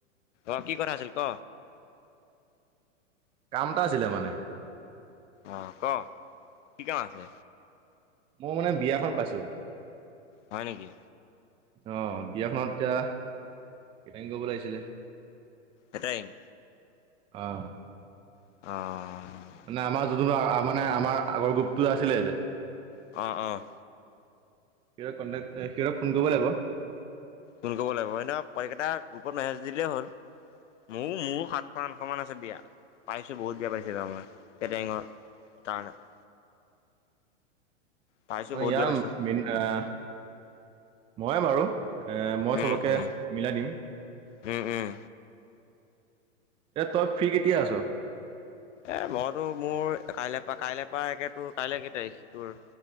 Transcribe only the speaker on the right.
কাম এটা আছিলে মানে।
মই মানে বিয়াখন পাইছোঁ।
অ' বিয়াখনত এতিয়া, কেটাৰিন কৰিব লাগিছিলে।
অ'।
মানে আমাৰ যোনটো মানে আমাৰ আগৰ গ্ৰুপটো আছিলে যে।
সিহঁতক কণ্টেক, সিহঁতক ফোন কৰিব লাগিব।
অ'
ইয়াৰ
মেন অ' মইয়ে বাৰু। এ, মই
চবকে
মিলাই দিম।
এ, তই ফ্ৰী কেতিয়া আছোঁ।